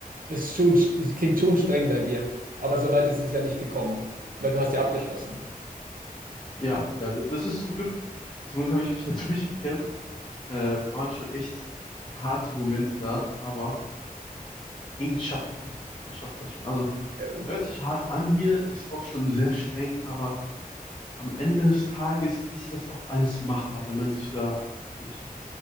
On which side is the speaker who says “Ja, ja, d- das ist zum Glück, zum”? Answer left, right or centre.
Left